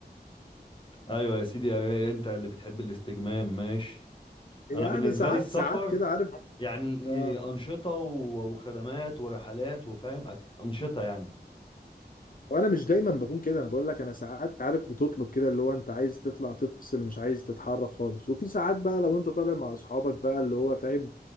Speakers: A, on the left; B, on the left.
A: ايوه يا سيدي يا ري، انت اللي بتحب الاستجمام ماشي انا
B: يعني
A: بالنسبه
B: ساعات
A: لي السفر
B: ساعات كده عارف
A: يعني إيه،
B: آه
A: انشطه و- وخدمات ورحلات وفاهم أك- انشطه يعني
B: وانا مش دايما بكون كده انا بقول لك انا ساعات عارف بتطلب كده اللي هو انت عايز تطلع تفصل مش عايز تتحرك خالص وفي ساعات بقى لو انت طالع مع اصحابك بقى اللي هو فاهم